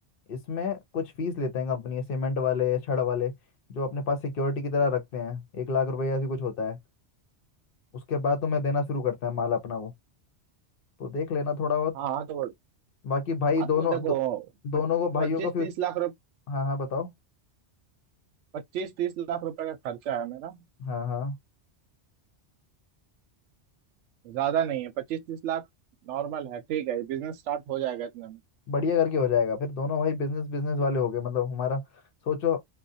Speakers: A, on the left; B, on the right.
A: इसमें कुछ फीस लेते हैं कंपनी सीमेंट वाले छड़ वाले जो अपने पास सिक्योरिटी की तरह रखते हैं एक लाख रुपए ऐसी कुछ होता है उसके बाद तुम्हें देना शुरू करते हैं माल अपना वो तो देख लेना थोड़ा बहुत
B: हाँ तो
A: बाकी भाई
B: हाँ
A: दोनों
B: तो देखो
A: दो, दोनों को भाइयों
B: पच्चीस
A: का फ्यूचर
B: तीस लाख
A: हाँ हाँ बताओ
B: पच्चीस तीस लाख रुपए का खर्चा है मेरा
A: हाँ हाँ
B: ज्यादा नहीं है पच्चीस तीस लाख नॉर्मल है ठीक है बिजनेस स्टार्ट हो जाएगा इतने में
A: बढ़िया करके हो जाएगा फिर दोनों भाई बिजनेस बिजनेस वाले हो गए मतलब हमारा सोचो